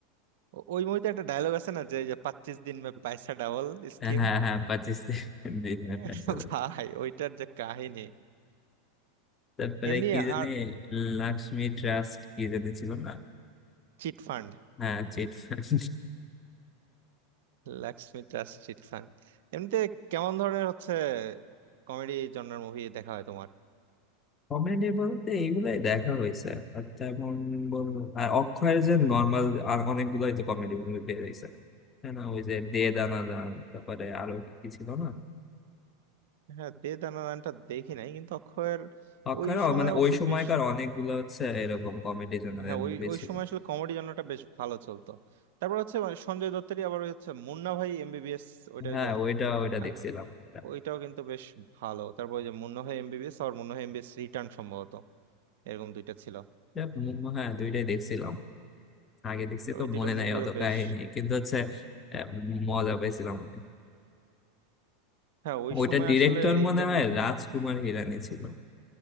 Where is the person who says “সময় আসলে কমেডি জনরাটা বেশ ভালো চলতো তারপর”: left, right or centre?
Right